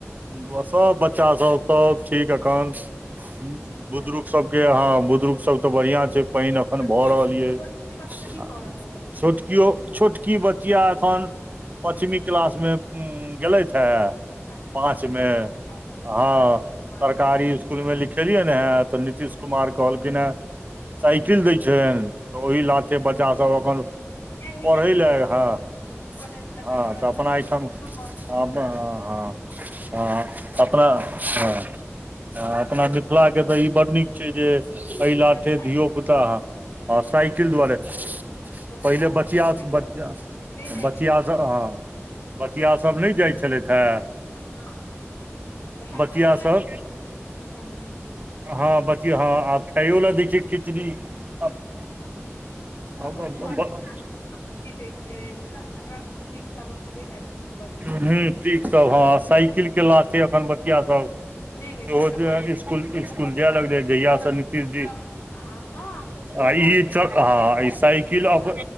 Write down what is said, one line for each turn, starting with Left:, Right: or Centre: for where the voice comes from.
Right: बऽसभ बच्चासभ सब ठीक एखन <inaudible>
Left: ठीक
Right: बुदुरुक
Left: है
Right: सभ केँ हँ बुदुरूक सब तऽ बढ़ियां छै पाइन अखन
Left: छोटकी
Right: भऽ रहल ये
Left: छोटकी
Right: <inaudible>
Left: बच्चा की कऽ रहल रहै
Right: छोटकियो -- छोटकी बचिया एखन पचमी क्लास मे गैलैथ है
Left: अच्छा पाछू
Right: पाँचमे
Left: मे
Right: <inaudible>
Left: गेलै खाय
Right: हँ
Left: नीक
Right: सरकारी इस कुल मे लिखेलियै है तऽ नितीश कुमार कहलखिन है
Left: <unintelligible>
Right: साइकिल दै छै तऽ ओहि लाथै बच्चा सब एखन
Left: नीके
Right: पढ़ै लऽ हँ <inaudible>
Left: करतनि
Right: हँ
Left: कनि बच्चा
Right: तऽ अपना
Left: सब
Right: एहिठाम
Left: पढ़तनि
Right: अप
Left: तऽ
Right: हँ
Left: मोन
Right: हँ हँ अप अपना हँ आ अपना मिथिला के तऽ इ बड नीक छै जे एहि ला
Left: जे
Right: -- थै
Left: साइड
Right: धियओ पुता
Left: कते
Right: <inaudible> हँ
Left: छै
Right: साइकिल द्वारे
Left: त सब
Right: पहिले
Left: जाइ
Right: बचिआ
Left: छथि
Right: थऽ <inaudible> बच
Left: नहि जाइ
Right: बचिआ
Left: छलथि
Right: सब हँ बचिाया सभ नहि जाइत छलैथ है
Left: <unintelligible>
Right: बचिया सब हँ बच्चि हँ आ खाइयो लऽ दै छै खिचड़ी <inaudible>
Left: <unintelligible>
Right: हूँ हू ठीक सब हँ साइकिल केँ लाथै एखन बच्चिया सब
Left: नहि नहि
Right: से ओ
Left: तऽ बड
Right: इसकुल
Left: से
Right: इसकुल
Left: तऽ बड
Right: जाय लगले जहियस नीतीश जी
Left: हँ
Right: <inaudible>
Left: आब तऽ सेहो
Right: आ इ च
Left: बहुत
Right: हँ इ साइकिल अप